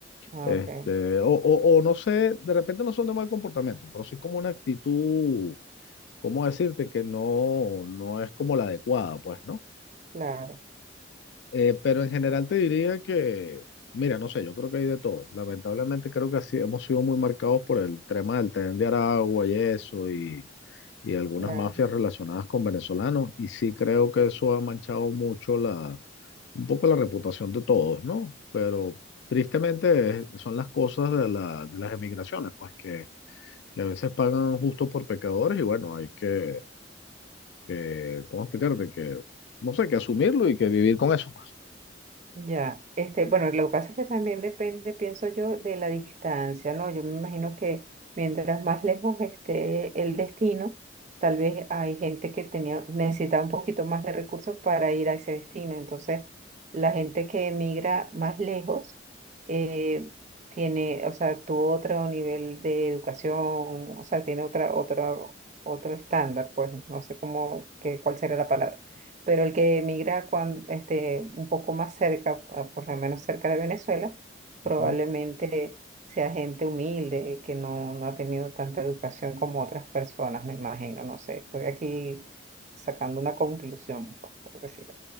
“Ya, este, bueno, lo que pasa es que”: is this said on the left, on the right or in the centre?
Right